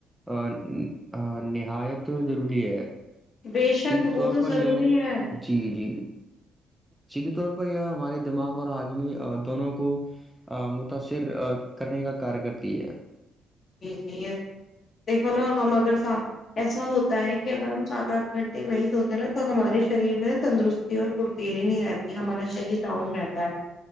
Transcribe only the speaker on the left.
بے شک
وہ
تو
ضروری
ہے
جی جی یہ تو ہے دیکھو نا ہم اگر سات ایسا ہوتا ہے کہ اگر ہم سات آٹھ گھنٹے نہیں سوتے نا تو ہمارے شریر میں تندرستی اور پھرتیلی نہیں رہتی ہمارا شریر ڈاؤن رہتا ہے